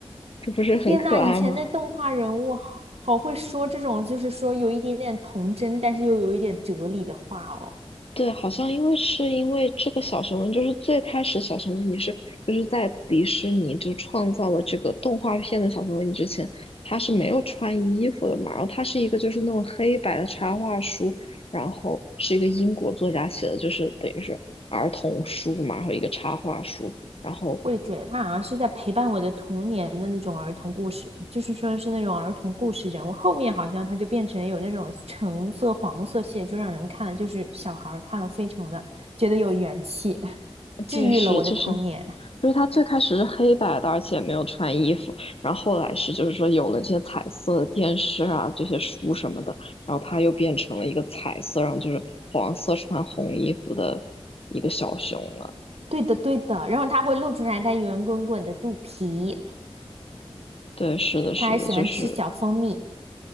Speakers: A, on the left; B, on the right.
A: 这不是很可爱吗？
B: 天呐，以前的动画人物好好会说这种，就是说有一点点童真，但是又有一点哲理的话哦。
A: 对，好像因为是因为这个小熊维尼，就是最开始小熊维尼是就是在迪士尼就创造了这个动画片的小熊维尼之前，他是没有穿衣服的嘛，然后他是一个就是那种黑白的插画书，然后是一个英国作家写的，就是等于是儿童书嘛，然后一个插画书，然后
B: 我也觉得他好像是在陪伴我的童年的那种儿童故事，就是说是那种儿童故事人物。后面好像他就变成有那种橙色、黄色系，就让人看了就是小孩儿看了非常的觉得有元气，治愈了我的童年。
A: 对，是就是，就是他最开始是黑白的，而且没有穿衣服，然后后来是就是说有了这些彩色的电视啊，这些书什么的，然后他又变成了一个彩色，然后就是黄色穿红衣服的一个小熊了。
B: 对的，对的。然后他会露出来他圆滚滚的肚皮，
A: 对，是的，是的，
B: 他还喜欢吃小蜂蜜。
A: 就是